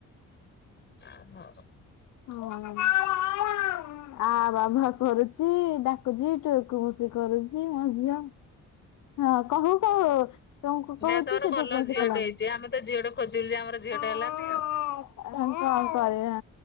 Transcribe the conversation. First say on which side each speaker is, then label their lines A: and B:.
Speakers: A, on the left (about 35°); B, on the left (about 75°).
A: ଆ ହୋଉ।
B: ହଁ। ଆ ବାବାଃ କରୁଚି ଡାକୁଚି ଟୁଉକୁ ମୁଷି କରୁଚି ମୋ ଝିଅ। ହଁ କୋହୁ କୋହୁ ତମକୁ କୋହୁଚି
A: ଯାହା ତମର
B: ସେଟା
A: ଭଲ
B: କଣ
A: ଝିଅଟେ
B: ପାଇଁ କଲଣି।
A: ହେଇଛି ଆମେ ତ ଝିଅଟେ ଖୋଜିଲୁ ଯେ ଆମର ଝିଅଟେ
B: ଆଉ
A: ହେଲାନି
B: କଣ କରିବା।